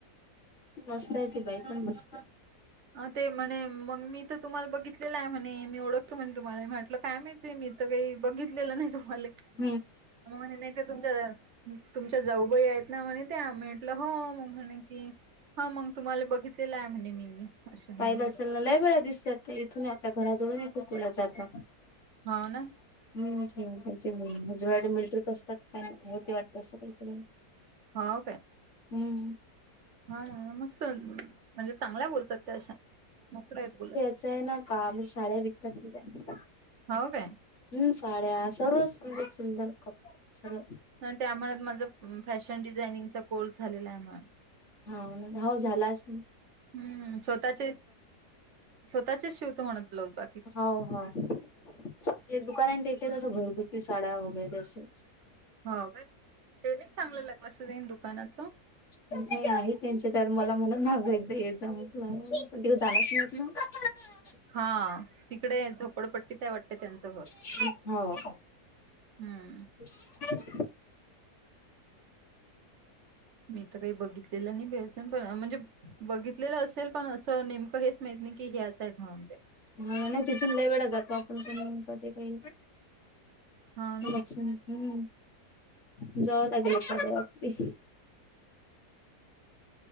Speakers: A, on the left; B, on the right.
A: मस्त आहे ती बाई पण मस्त आहे.
B: अ ते म्हणे मग मी तर तुम्हाला बघितलेलं आहे. म्हणे मी ओळख तो म्हटलं मला म्हटलं काय माहिती बाई मी तर काही बघितलेलं नाही तुम्हाले.
A: हम्म
B: मग म्हणे नाही तर तुमचं तुमच्या जाऊबाई आहेत ना म्हणे त्या, मी म्हटलं हो. मग म्हणे की हा मग तुम्हाला बघितलेलं आहे म्हणे मी. असे म्हणे
A: पाहिलं असेल ना लय वेळा दिसतात. इथून मी आपल्या घराजवळून इथून पुढं जातात.
B: हाव ना?
A: हम्म. आमचे जड मिलीटरीत असतात, काय हो ते वाटते असं काही तरी.
B: हो काय?
A: हम्म.
B: हा ना मस्त म्हणजे, चांगल्या बोलत्यात त्या अशा मोकळ्या आहेत बोलायला.
A: च आहे ना काम, साड्या विकतात ना त्या.
B: हाव काय?
A: हम्म साड्या सर्व सुंदर सुंदर कपडे सर्व
B: म्हणत्या म्हणत माझं फॅशन डिझाइनिंगचा कोर्स झालेला आहे म्हण.
A: हाव ना हाव झालाच म.
B: हम्म स्वतःचे स्वतःचेच शिवतो म्हणत ब्लाउज बा
A: हाव हाव ते दुकान आहे त्याच्यात असं घरगुती साड्या वगैरे असच.
B: हाव काय ते नाही चांगलं लागलं असं तेन दुकानाचं.
A: नाय आहे त्यांचे तर मला म्हणत मागं एकदा येत जा म्हटलं. <unintelligible>
B: हा तिकडे ह्या झोपडपट्टीत हाय वाटते त्यांचं घर.
A: ती हावा का?
B: हम्म.
A: <unintelligible>
B: मी तर काही बघितलेलं नाही बाई अजून पण म्हणजे बघितलेलं असेल पण असं नेमकं हेच. माहत नाही की हेच्या आहेत म्हणून ते.
A: मला नाही तिथून लई वेळा जातो आपण <unintelligible> ते काही
B: हा ना
A: लक्ष नाय हम्म हम्म जावा लागेल. <unintelligible>